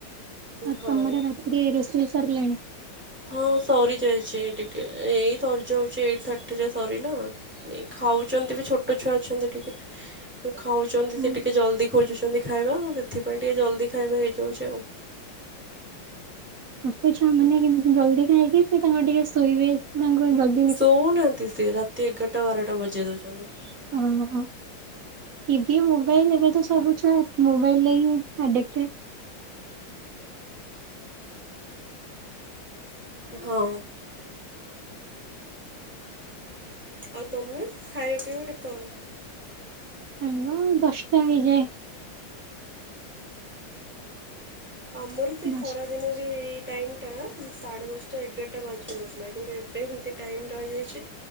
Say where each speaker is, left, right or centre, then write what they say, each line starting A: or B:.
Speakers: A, on the right (about 60°); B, in the centre.
A: ଆଉ
B: ହଉ।
A: ତମର ରାତିରେ ରୋଷେଇ ସାରିଲାଣି?
B: ହଁ ସରିଯାଇଛି ଟିକେ ଏଇ ସରିଯାଉଛି ଏଇଟି ଥାର୍ଟି ରେ ସରିଲା। ଏ ଖାଉଛନ୍ତି ବି ଛୋଟ ଛୁଆ ଅଛନ୍ତି ଟିକେ। ଏ ଖାଉଛନ୍ତି
A: ହୁଁ
B: ସେ ଟିକେ ଜଲ୍ଦି ଖୋଜୁଛନ୍ତି ଖାଇବା ହେଥିପାଇଁ ଟିକେ ଜଲ୍ଦି ଖାଇବା ହେଇଯାଉଛି ଆଉ।
A: ମାପ ଚୂପୁ
B: ହୁଁ।
A: କେନ୍ତେ ଜଲଦି ଖାଇକି ସେ ତାଙ୍କ ଟିକେ ଶୋଇବେ ତାଙ୍କୁ ଜଲି
B: ସୋଉନାହାନ୍ତି ସେ ରାତି ଏଗାରଟା ବାରଟା ବଜେଇ ଦଉଛନ୍ତି।
A: ହଁ ହଁ। ଟିଭି ମୋବାଇଲି ଏବେ ତ ସବୁ ଛୁଆ ମୋବାଇଲିରେ ହିଁ ଆଡେଟେ।
B: ହଁ। ଆଉ ତମେ ଖାଇବା ପିଇବା କେତେ ବେଳକୁ?
A: ଖାଉ ଖାଉ ଦଶଟା ହେଇଯାଏ।
B: ଆମର ତ
A: ଦଶ
B: ଖରାଦିନ ବି ଏଇ ଟାଇମିଟା ସାଢ଼େ ଦଶଟା ଏଗାରଟା ବାଜିଯାଉଥିଲା କିନ୍ତୁ ଏବେ ଏମିତି ଟାଇମ୍ ରହିଯାଇଛି